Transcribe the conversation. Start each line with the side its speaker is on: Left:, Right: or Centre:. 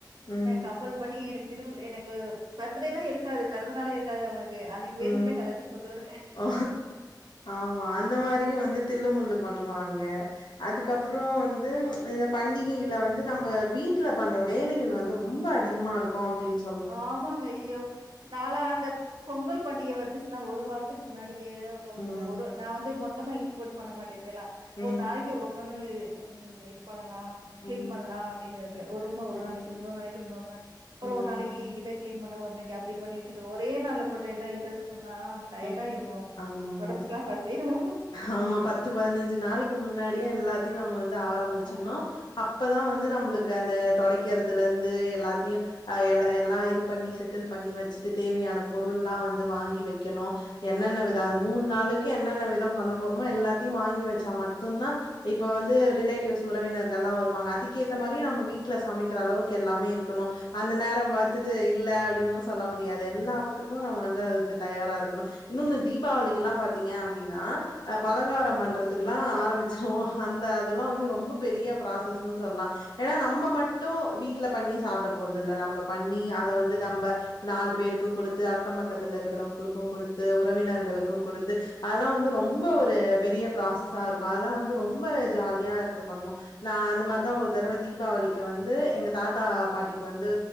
Left: ம்
Right: கம்பல் பண்ணி எனக்கு திரு எனக்கு பார்த்டே வே இருக்காது பிறந்தநாளே இருக் இருக்காது அவங்களுக்கு அன்னைக்கு வேணும்னே
Left: ம்
Right: கலர் டிரஸ் போட்டு வருங்க
Left: ஓ ஆமா அந்த மாரியு வந்து தில்லுமுல்லு பண்ணுவாங்க அதுக்கப்புற
Right: அ.
Left: வந்து பண்டிகையில வந்து நம்ம வீட்டுல பண்ற வேலைகள் வந்து ரொம்ப அதிகமா இருக்கு அப்டின்னு சொல்
Right: ஆமாங்க ஐயோயோ நாளா அந்த பொங்கல் பண்டிகை வந்துச்சுன்னா ஒரு வாரத்துக்கு முன்னாடியே
Left: ம்
Right: ஒரு நா வந்து மொத்த மொத்தமா இழுத்து போட்டு பண்ண மாட்டே இப்ப எல்லா
Left: ம்
Right: ஒரு நாளைக்கு ஒன்னொன்னு ம் இது பண்ணலா
Left: ம்
Right: கிளீன் பண்ணலா அப்டின்னு இருப்பே ஒரு ரூமா ஒரு
Left: ம்
Right: நாளைக்கு இன்னொரு நாளைக்கு இன்னொரு நா அப்புற
Left: ம்
Right: ஒரு நாளைக்கு இத கிளீன் பண்ண ஓரு நாளைக்கு அப்டிண்ணி வச்சது ஒரே நாள போட்டு எல்லா இழுத்து வச்சிட்டோம்னா டயர்டா
Left: ம்
Right: ஆயிடுவோ
Left: ஆமாங்க
Right: உடம்பு சரியில்லாம படுத்தேடுவோ
Left: ஆமா பத் பத்து பதினஞ்சு நாளைக்கு முன்னாடியே எல்லாத்தையு நம்ம வந்து ஆரம்பிச்சிடனு
Right: ஆ.
Left: அப்தா வந்து நம்மளுக்கு அந்த தொடடைக்கிறதுல இருந்து எல்லாத்தையு அ எல்லா எல்லா இது பண்ணி செட்டில் பண்ணி வச்சுட்டு தேவையான பொருள்ல்லா வந்து வாங்கி வைக்கணு என்னென்ன வித அது மூணு நாளைக்கு என்னென்ன வித பண்ண போறோமோ எல்லாத்தையு வாங்கி வச்சா மட்டும்தா இப்ப வந்து ரிலேட்டிவ்ஸ் உறவினர்கள் எல்லா வருவாங்க அதுக்கேத்த மாரி நம்ம வீட்டுல சமக்கிற அளவுக்கு எல்லாமே இருக்கணு அந்த நேர பாத்துட்டு இல்ல அப்டின்னு சொல்ல முடியாது எல்லாத்துக்கு நம்ம வந்து அதுக்கு தயாரா இருக்கணு இன்னொன்னு தீபாவளிக்குலா பாத்தீங்க அப்டின்னா அ பலகார பண்றத்துக்குல்லா ஆரம்பிச்சிருவொ அந்த அதெல்லா வந்து ரொம்ப பெரிய ப்ராசஸ்ன் சொல்லா ஏன்னா நம்ம மட்டு வீட்ல பண்ணி சாப்ட போறது இல்ல நம்ம பண்ணி அத வந்து நம்ப நாலு பேருக்கு குடுத்து அக்க பக்கத்துல இருக்கறவங்களுக்கு குடுத்து உறவினர்களுக்கு குடுத்து அதெல்லா வந்து ரொம்ப ஒரு பெரிய ப்ராசஸா இருக்கு அதெல்லா வந்து ரொம்ப ஜாலியா இருந்து பண்ணுவோ நா அந்த மாரிதா ஒரு தடவ தீபாவளிக்கு வந்து எங்க தாத்தா பாட்டிக்கு வந்து